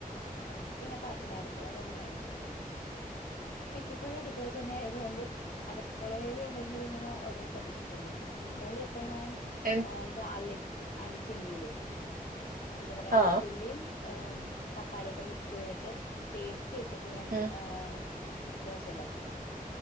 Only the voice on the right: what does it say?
എൻ-
ആ
ഉം